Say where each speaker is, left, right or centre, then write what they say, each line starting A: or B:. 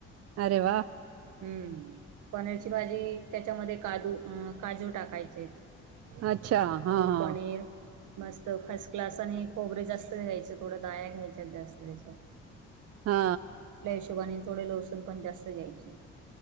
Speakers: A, on the right (about 55°); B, on the right (about 75°).
A: अरे वा
B: हम्म पनीर भाजी त्यांच्यामध्ये काजू आ काजू टाकायचे
A: अच्छा हां. हां
B: पनिर मस्त फसक्लास आणि खोबरे जास्त घ्यायचे थोड्या डाळ्या घ्यायच्यात जास्त त्याच्यात
A: हा
B: आपल्या हिशोबाने थोडे लहसून पण जास्त घ्यायचे